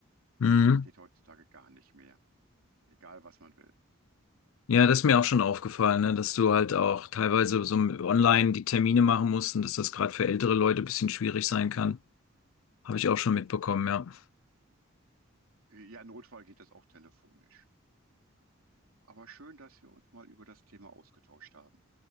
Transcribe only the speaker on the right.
Aber das geht heutzutage gar nicht mehr. Egal, was man will.
Ja, im Notfall geht das auch telefonisch. Aber schön, dass wir uns mal über das Thema ausgetauscht haben.